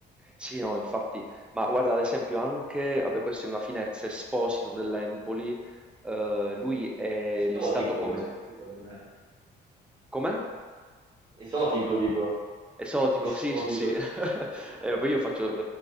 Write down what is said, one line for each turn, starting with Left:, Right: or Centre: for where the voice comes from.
Centre: Sì, no, infatti. Ma guarda, ad esempio anche, vabbè, questa è una finezza, Esposito dell'Empoli, eh, lui è
Right: Esotico,
Centre: listato come...
Right: Esposito del...
Centre: Come?
Right: Esotico dico,
Centre: Esotico,
Right: Esposito.
Centre: sì, sì, sì. <laughs> Eh, poi io faccio,